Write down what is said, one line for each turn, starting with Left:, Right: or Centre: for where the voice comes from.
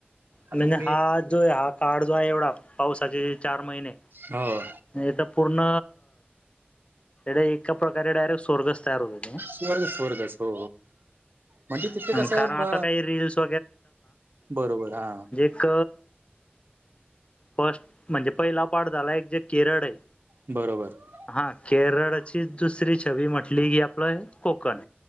Right: आता
Left: म्हणजे
Right: तुम्ही
Left: हा जो आहे हा काळ जो आहे एवढा पावसाचे चार महिने
Right: हो
Left: इथ पूर्ण एका प्रकारे डायरेक्ट स्वर्गच तयार होत ते.
Right: स्वर्गच स्वर्गच हो. म्हणजे तिथे
Left: ते
Right: कसं
Left: कारण आता
Right: ब
Left: काही रील्स
Right: बरोबर हा.
Left: फस्ट फस्ट म्हणजे पहिला पाठ झाला एक जे केरळ आहे.
Right: बरोबर बरोबर.
Left: हा केरळची दुसरी छवी म्हटली की आपलं- कोकण.